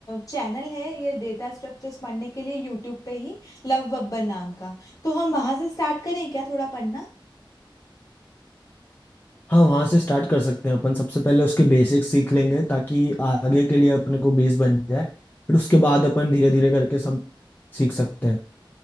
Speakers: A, on the left (about 40°); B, on the left (about 20°).
A: चैनल है ये डेटा स्ट्रक्चर्स पढ़ने के लिए यूट्यूब पे ही लव बब्बर नाम का तो हम वहां से स्टार्ट करें क्या थोड़ा पढ़ना
B: हाँ वहाँ से स्टार्ट कर सकते हैं अपन सबसे पहले उसके बेसिक्स सीख लेंगे ताकि आगे के लिए अपने को बेस बन जाए फिर उसके बाद अपन धीरे धीरे करके सब सीख सकते हैं